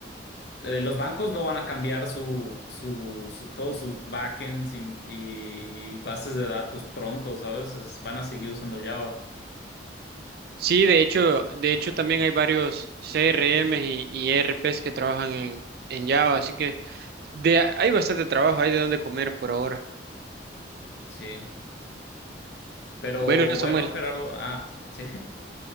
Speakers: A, on the left; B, on the right.
A: eh, los bancos no van a cambiar su, su, su- todos sus backends y, y bases de datos pronto, ¿sabes? Es- van a seguir usando Java.
B: Sí, de hecho, de hecho también hay varios CRMs y, y ERPs que trabajan en, en Java, así que de, hay bastante trabajo, hay de dónde comer por ahora.
A: Sí. Pero
B: Bueno,
A: bueno,
B: Samuel,
A: Gerardo. Ah, sí. <laughs>